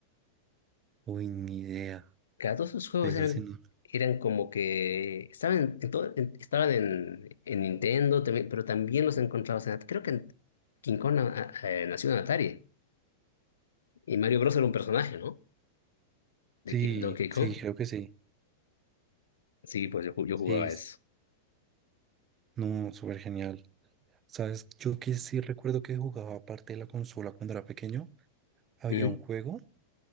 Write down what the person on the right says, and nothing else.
Uy, ni idea.
De eso
sí no.
Sí,
sí, creo que sí.
Sí,
es-
no, súper genial. ¿Sabes? Yo que sí recuerdo que jugaba parte de la consola cuando era pequeño. Había
un juego